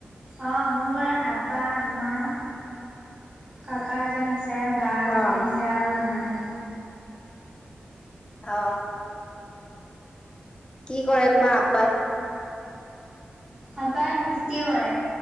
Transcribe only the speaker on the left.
অ
অ কি কৰে তোমাৰ আব্বাই?